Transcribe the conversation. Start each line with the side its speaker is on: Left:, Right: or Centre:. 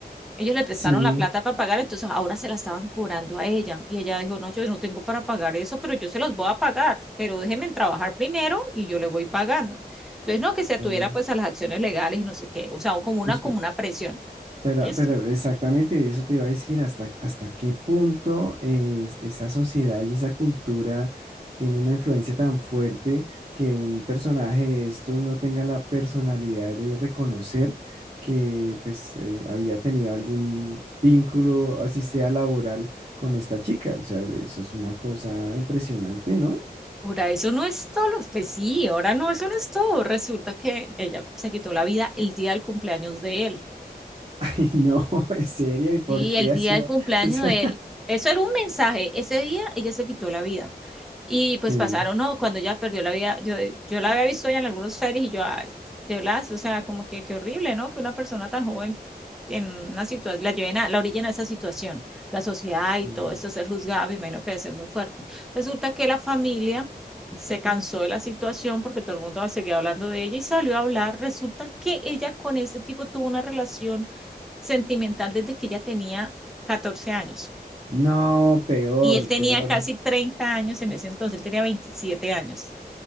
Centre: Ellos le prestaron
Right: Sí,
Centre: la plata para pagar, entonces ahora se la estaban cobrando a ella. Y ella dijo, no, yo no tengo para pagar eso, pero yo se los voy a pagar, pero déjenme trabajar primero y yo le voy pagando. Entonces, no, que se atuviera
Right: mm,
Centre: pues a las acciones legales y no sé qué, o sea, como una,
Right: pues,
Centre: como
Right: pe-
Centre: una presión.
Right: pero,
Centre: Listo.
Right: pero exactamente eso te iba a decir, hasta, hasta qué punto eh, esa sociedad y esa cultura tiene una influencia tan fuerte que un personaje de estos no tenga la personalidad de reconocer que pues eh, había tenido algún vínculo, así sea laboral, con esta chica. O sea, eso es una cosa impresionante, ¿no?
Centre: Ahora eso no es todo, pues sí, ahora no, eso no es todo. Resulta que ella se quitó la vida el día del cumpleaños de él.
Right: <laughs> Y no, en serio, ¿y por
Centre: Sí,
Right: qué
Centre: el día
Right: hacía?
Centre: del cumpleaños
Right: <laughs> O sea,
Centre: de él. Eso era un mensaje. Ese día ella se quitó la vida. Y pues
Right: sí,
Centre: pasaron, no, cuando ella perdió la vida, yo, yo la había visto ya en algunos series y yo, ah, de verdad, o sea, como que qué horrible, ¿no? Que una persona tan joven en una situación, la lleven a, la orillen a esa situación, la sociedad
Right: sí.
Centre: y todo eso, ser juzgada, me imagino que debe ser muy fuerte. Resulta que la familia se cansó de la situación porque todo el mundo seguía hablando de ella y salió a hablar. Resulta que ella con este tipo tuvo una relación sentimental desde que ella tenía 14 años
Right: No, peor,
Centre: y él tenía
Right: peor.
Centre: casi 30 años en ese entonces, él tenía 27 años.